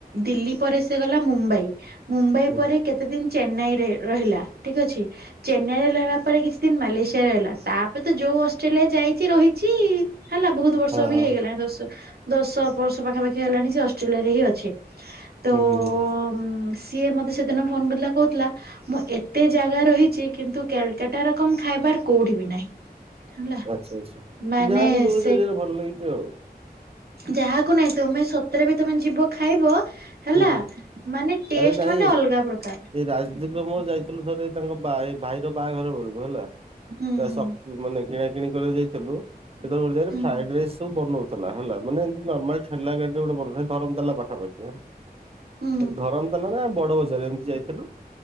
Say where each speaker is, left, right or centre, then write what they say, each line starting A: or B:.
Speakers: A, on the right; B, on the right.
A: ଦିଲ୍ଲୀ ପରେ ସେ ଗଲା ମୁମ୍ବାଇ ମୁମ୍ବାଇ
B: ହୁଁ
A: ପରେ କେତେ ଦିନ ଚେନ୍ନାଇରେ ରହିଲା ଠିକ ଅଛି ଚେନ୍ନାଇରେ ରହିଲା ପରେ କିଛି ଦିନ ମାଲେସିଆରେ ରହିଲା ତାପରେ ତ ଯଉ ଆଉ ଅଷ୍ଟ୍ରେଲିଆ ଯାଇଛି ରହିଛି ହେଲା ବହୁତ ବର୍ଷ
B: ହଁ
A: ବି
B: ହଁ
A: ହେଇଗଲାଣି। ଦଶ ବର୍ଷ ପାଖାପାଖି ହେଲାଣି ସେ ଅଷ୍ଟ୍ରେଲିଆରେ ହିଁ ଅଛି। ତ ଉଁ,
B: ହୁଁ ହୁଁ।
A: ସିଏ ମତେ ସେଦିନ ଫୋନ କ କହୁଥିଲା ମୁଁ ଏତେ ଜାଗା ରହିଛି କିନ୍ତୁ କ୍ୟାଲକଟ କମ ଖାଇବାର କୋଉଠ ବିି ନାହିଁ। ହେଲା
B: ଆଚ୍ଛା ଆଚ୍ଛା।
A: ମାନେ
B: ଯାହାକୁ ଯୋଉ
A: ସେ
B: ଜରିଆରେ ଭଲ ଲାଗିଛି ଆଉ
A: ଯାହାକୁ ନାଇଁ ତମେ ସତରେ ବି ତମେ ଯିବ ଖାଇବ। ହେଲା
B: ହୁଁ ହୁଁ
A: ମାନେ ଟେଷ୍ଟ
B: ଆରେ ନାଇଁ
A: ମାନେ
B: ଏଇ
A: ଅଲଗା ପ୍ରକାର
B: ରାଜଦୀପ ର ମୋର ଯାଇଥିଲୁଯ ଥରେ ତାଙ୍କାଇ ଭାଇର ବାହାଘର ବଳିବୁ ହେଲା
A: ହୁଁ ହୁଁ
B: ସ ମାନେ କିଣା କିଣି କରିବାକୁ ଯାଇାଇଥିଲୁ, ଯେତେବେଳେ
A: ହୁଁ
B: ଫ୍ରାଡ ରାଇସ୍ ସବୁ ବନଉଥିଲୁ। ଥିଲା ହେଲା ମାନେ ଏମିତି ନର୍ମାଲ ରେଲ ଗାଡି ଗୋଟେ ବ ଧରଲା ପାଖାପାଖି
A: ହୁଁ
B: ଧରମ ତାଲା ନା ବଡ ବଜାର ଏମତି ଯାଇଥିଲୁ।